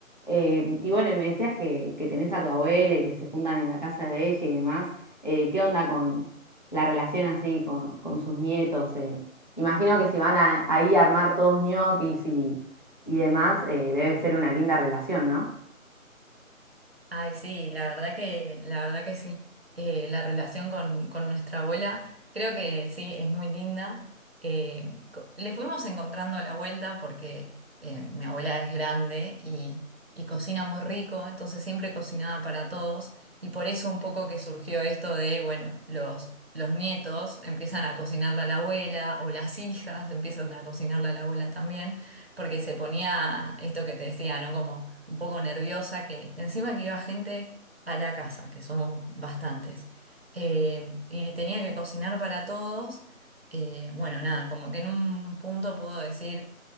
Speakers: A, on the left (about 35°); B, on the right (about 45°).
A: Eh, y bueno, y me decías que, que tenés a tu abuela y que se juntan en la casa de ella y demás eh, ¿qué onda con la relación así con, con sus nietos? eh? Imagino que si van a- ahí a armar todos ñoquis y, y demás, eh, debe ser una linda relación, ¿no?
B: Ay, sí, la verdad que, la verdad que sí. Eh, la relación con, con nuestra abuela, creo que sí, es muy linda. Eh, co- le fuimos encontrando la vuelta porque eh, mi abuela es grande y, y cocina muy rico, entonces siempre cocinaba para todos. Y por eso un poco que surgió esto de, bueno, los, los nietos empiezan a cocinarle a la abuela o las hijas empiezan a cocinarle a la abuela también porque se ponía esto que te decía, ¿no? Como un poco nerviosa, que encima que iba gente a la casa, que somos bastantes, eh, y tenía que cocinar para todos. eh, bueno, nada, como que en un punto pudo decir,